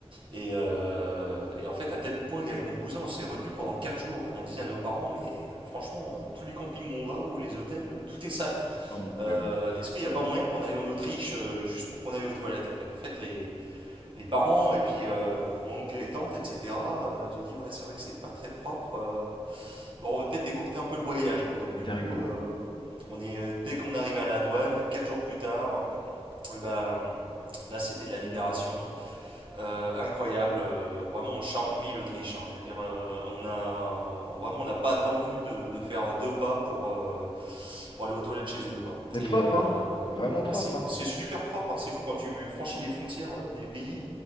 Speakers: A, on the right (about 50°); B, on the left (about 50°).
A: Et, euh, et en fait, à tel point qu'avec mon cousin, on s'est retenu pendant 4 jours. Et on disait à nos parents, mais euh, franchement, euh, tous les campings où on va, ou les hôtels, euh, tout est sale.
B: Oh mon
A: Euh,
B: Dieu,
A: Est-ce qu'il n'y a pas moyen qu'on aille en Autriche euh, juste pour qu'on aille aux toilettes Et en fait, les, les parents et puis euh, mon oncle et tante, etc. euh, ils ont dit ouais c'est vrai que c'est pas très propre. euh, bon on va peut-être écourter un peu le voyage. hein. Donc
B: c'est
A: du
B: dingue.
A: coup
B: hein.
A: euh, on est euh, dès qu'on arrive à la douane, quatre jours plus tard, eh ben, là c'était de la libération. Euh, incroyable, euh, vraiment charmant pays l'Autriche. hein. Je veux dire, euh, on a vraiment on n'a pas attendu de, de faire deux pas pour, euh, pour aller aux toilettes chez eux, quoi.
B: C'est
A: Et
B: propre,
A: euh,
B: hein. C'est vraiment propre,
A: ah, c'est
B: hein.
A: c'est super propre, hein. C'est fou quand tu franchis les frontières euh, des pays,